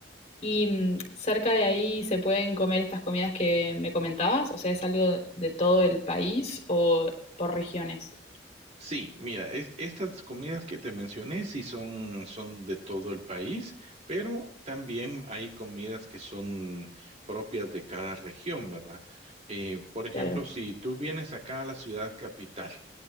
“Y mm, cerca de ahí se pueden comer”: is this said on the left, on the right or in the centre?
Left